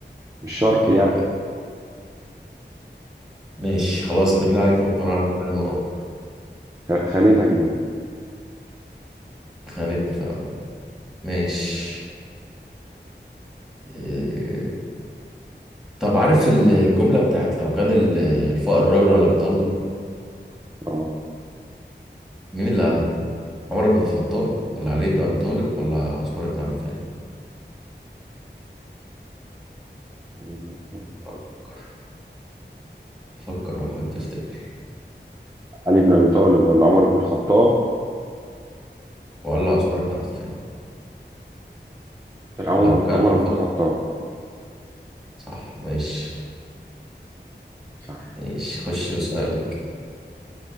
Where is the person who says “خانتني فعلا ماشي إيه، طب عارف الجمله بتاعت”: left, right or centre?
Centre